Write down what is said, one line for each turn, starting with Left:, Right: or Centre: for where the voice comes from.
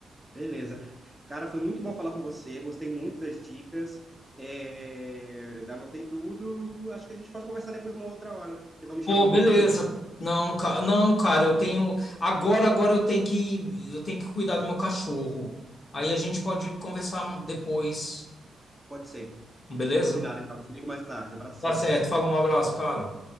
Centre: Beleza. Cara, foi muito bom falar com você. Gostei muito das dicas. É... Anotei tudo. Acho que a gente pode conversar depois uma outra hora, porque estão me chamando
Left: Pô, beleza.
Centre: aqui.
Left: Não, ca- não, cara, eu tenho. Agora, agora eu tenho que, eu tenho que cuidar do meu cachorro. Aí a gente pode conversar depois,
Centre: Pode ser.
Left: beleza?
Centre: Combinado, então. Te ligo mais tarde. Abração.
Left: Tá certo, fala um abraço, cara.